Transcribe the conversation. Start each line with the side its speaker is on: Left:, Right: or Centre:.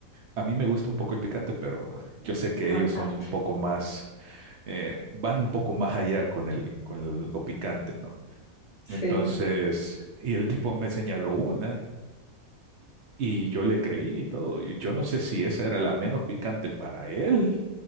Right: a mí me gusta un poco el picante, pero yo sé que
Left: No
Right: ellos
Left: tanto,
Right: son un poco más, eh, van un poco más allá con el, con lo picante, ¿no?
Left: sí.
Right: Entonces, y el tipo me señaló una y yo le creí y todo. Y yo no sé si esa era la menos picante para él